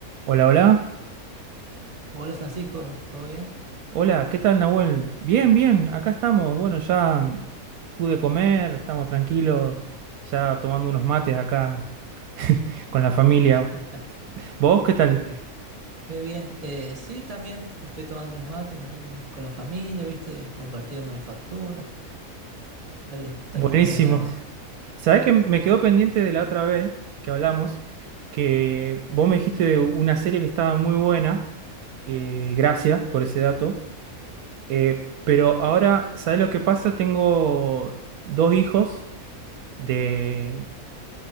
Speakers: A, on the right (about 75°); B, on the right (about 35°).
A: Hola, hola.
B: Hola Francisco, ¿todo bien?
A: Hola, ¿qué tal, Nahuel? Bien, bien, acá estamos. Bueno, ya mm, pude comer, estamos tranquilos, ya tomando unos mates acá con la familia.
B: Ah,
A: ¿Vos qué tal?
B: qué qué bien. Eh, sí, también estoy tomando unos mates acá con, con la familia, ¿viste? Compartiendo las facturas. Dale, está
A: Buenísimo.
B: linda la tarde.
A: ¿Sabés que me quedó pendiente de la otra vez que hablamos? Que vos me dijiste de una serie que estaba muy buena. eh, gracias por ese dato. Eh, pero ahora, ¿sabés lo que pasa? Tengo dos hijos de